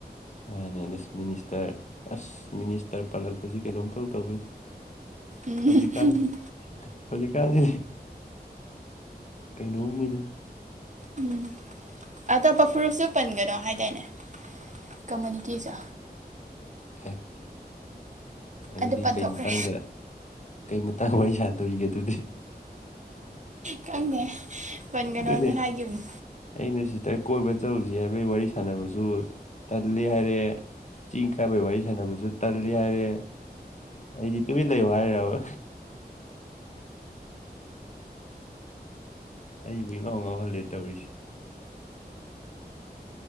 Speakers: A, on the left (about 45°); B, on the right (about 45°).
A: ꯃꯥꯅꯦ ꯑꯗꯁ ꯃꯤꯅꯤꯁꯇꯔ ꯑꯁ ꯃꯤꯅꯤꯁꯇꯔ ꯄꯜꯂꯛꯄꯁꯤ ꯀꯩꯅꯣꯝ ꯏꯇꯧ ꯇꯧꯋꯤꯗ
B: ꯎꯝ
A: ꯍꯧꯖꯤꯛꯀꯥꯜ ꯍꯧꯖꯤꯛꯀꯥꯟꯁꯤ ꯀꯩꯅꯣꯝꯅꯤꯗ
B: ꯎꯝ ꯑꯇꯣꯞꯄ ꯐꯨꯔꯨꯞꯁꯨ ꯄꯟꯒꯅꯣ ꯍꯥꯏꯗꯥꯏꯅꯦ ꯀꯝꯃꯨꯅꯤꯇꯤꯖꯨ
A: ꯍꯦ ꯑꯗꯨꯗꯤ
B: ꯑꯗꯨ ꯄꯟꯊꯣꯛꯈ꯭ꯔꯦ
A: ꯀꯩ ꯃꯇꯥꯡꯗ ꯀꯩ ꯃꯇꯥꯡ ꯋꯥꯔꯤ ꯁꯥꯟꯗꯣꯔꯤꯒꯦ ꯑꯗꯨꯗꯤ
B: ꯈꯪꯗꯦ ꯄꯟꯒꯅꯣꯅ
A: ꯑꯗꯨꯅꯦ
B: ꯍꯥꯏꯈꯤꯝꯅꯤ
A: ꯑꯩꯅ ꯁꯤꯁꯇꯔ ꯀꯣꯏꯕ ꯆꯠꯂꯨꯁꯤ ꯍꯥꯏꯕꯒꯤ ꯋꯥꯔꯤ ꯁꯥꯟꯅꯕꯁꯨ ꯇꯜꯂꯤ ꯍꯥꯏꯔꯛꯑꯦ ꯆꯤꯡ ꯀꯥꯕꯩ ꯋꯥꯔꯤ ꯁꯥꯟꯅꯕꯁꯨ ꯇꯜꯂꯤ ꯍꯥꯏꯔꯦ ꯑꯩꯗꯤ ꯇꯨꯃꯤꯟ ꯂꯩꯌꯣ ꯍꯥꯏꯔꯕ ꯑꯩꯕꯨ ꯏꯉꯥꯎ ꯉꯥꯎꯍꯜꯂꯦ ꯇꯧꯔꯤꯁꯤ